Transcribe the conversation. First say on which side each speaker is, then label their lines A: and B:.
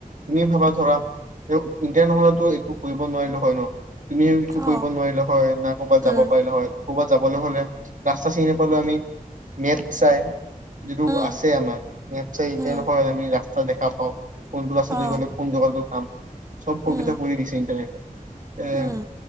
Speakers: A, on the right (about 60°); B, on the right (about 20°).
A: তুমিয়ে ভাবা ধৰা ইন্টাৰনেট নহ'লেতো একো কৰিব নোৱাৰিলো হয় ন। তুমিটো কৰিব
B: অঁ
A: নোৱাৰিলা হয় না ক'ৰবাত যাব
B: উম,
A: পাৰিলা হয়। ক'ৰবাত যাবলৈ হ'লে ৰাস্তা চিনি নাপালেও আমি নেট চাই- যিটো
B: উম।
A: আছে আমাৰ ইণ্টাৰনেটত
B: উম
A: আমি ৰাস্তা দেখা পাওঁ কোনটো ৰাস্তা দি
B: অঁ
A: গ'লে- কোন জেগাত গৈ পাম চব সুবিধা
B: উম
A: কৰি দিছে ইণ্টাৰনেটে। এ-
B: উম